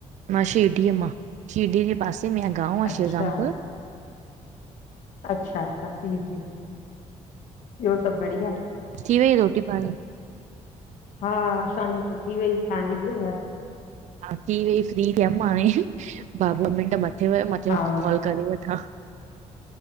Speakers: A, on the right; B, on the left.
A: मां शिरडीअ मां शिरडीअ जे पासे में गांव आ
B: अच्छा
A: शेवजामपुर।
B: अच्छा अच्छा जी जी ॿियो सभ बढ़िया?
A: थी वई रोटी पाणी?
B: हा असां जी त थी वई तांजी थी वई?
A: हा थी वई फ्री थियम हाणे भा ॿ मिंट मथे -- हे वया मथे
B: हा
A: हिकु कॉल करे वठां।